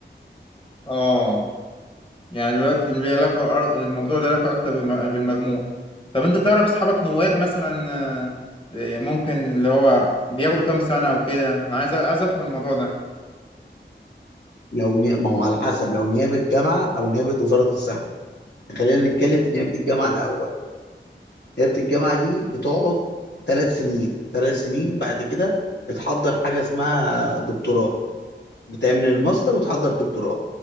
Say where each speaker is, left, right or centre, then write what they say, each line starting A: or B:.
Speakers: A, on the left; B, on the left.
A: اه يعني دلوقتي ليه علاقة الموضوع له علاقة أكتر بالم- بالمجموع طب أنت تعرف أصحابك نواب مثلا آه، ممكن اللي هو بياخدوا كام سنة وكده أنا عايز عايز أفهم الموضوع ده
B: لو ني... ما هو على حسب لو نيابه جامعه او نيابه وزاره الصحه خلينا نتكلم في نيابه الجامعه الاول ليله الجامعه دي بتقعد ثلاث سنين ثلاث سنين بعد كده بتحضر حاجه اسمها دكتوراه بتعمل الماستر وتحضر دكتوراه